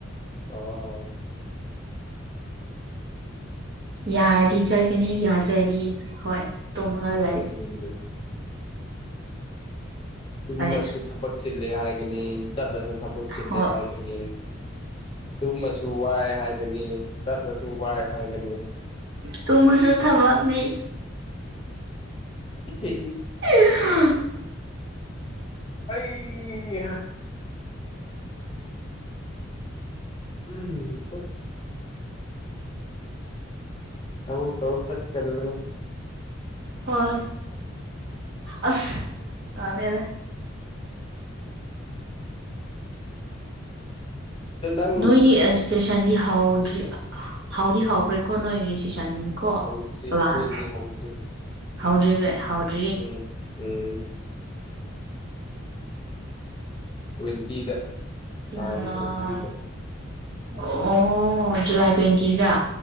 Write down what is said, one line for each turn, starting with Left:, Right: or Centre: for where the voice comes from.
Left: ꯑꯥ
Right: ꯌꯥꯔꯗꯤ ꯆꯠꯀꯅꯤ ꯌꯥꯗꯔ꯭ꯗꯤ ꯍꯣꯏ ꯇꯨꯝꯃꯒ ꯂꯩ
Left: <unintelligible> ꯇꯨꯝꯃꯁꯨ
Right: ꯍꯥꯏꯗꯤ
Left: ꯊꯕꯛ ꯆꯤꯜꯂꯦ ꯍꯥꯏꯒꯅꯤ ꯆꯠꯂꯁꯨ ꯊꯕꯛ ꯆꯤꯜꯂꯦ
Right: ꯍꯣꯏ
Left: ꯍꯥꯏꯒꯅꯤ ꯇꯨꯝꯃꯁꯨ ꯋꯥꯏ ꯍꯥꯏꯒꯅꯤ ꯆꯠꯂꯁꯨ ꯋꯥꯏ ꯍꯥꯏꯒꯅꯤ
Right: ꯇꯨꯝꯔꯨꯁꯨ ꯊꯕꯛꯅꯤ
Left: ꯏꯁ ꯏꯁ
Right: <unintelligible>
Left: ꯑꯩ ꯎꯝ ꯇꯧ ꯇꯧ ꯆꯠꯀꯗꯕꯅꯤ
Right: ꯍꯣꯏ ꯑꯁ ꯀꯃꯦꯔ
Left: ꯑꯗꯨ ꯅꯪ
Right: ꯅꯣꯏꯒꯤ ꯑꯁ ꯆꯦꯁꯥꯟꯗꯤ ꯍꯥꯎꯗ꯭ꯔꯤ ꯍꯥꯎꯗꯤ ꯍꯥꯎꯈ꯭ꯔꯦꯀꯣ ꯅꯣꯏꯒꯤ ꯆꯦꯁꯥꯟꯗ ꯀꯣ
Left: ꯍꯧꯗ꯭ꯔꯤ
Right: ꯀ꯭ꯂꯥꯁ
Left: ꯑꯩꯈꯣꯏꯒꯤꯗꯤ ꯍꯧꯗ꯭ꯔꯤ
Right: ꯍꯧꯗ꯭ꯔꯤꯒꯩ ꯍꯗꯔ꯭ꯤꯒꯩ
Left: ꯎꯝ ꯎꯝ ꯇ꯭ꯋꯦꯟꯇꯤ ꯏꯗ
Right: ꯖꯨꯂꯥꯏ
Left: ꯇꯥꯡ ꯇ꯭ꯋꯦꯟꯇꯤ ꯏꯗ
Right: ꯑꯣ ꯖꯨꯂꯥꯏ ꯇ꯭ꯋꯦꯟꯇꯤꯗ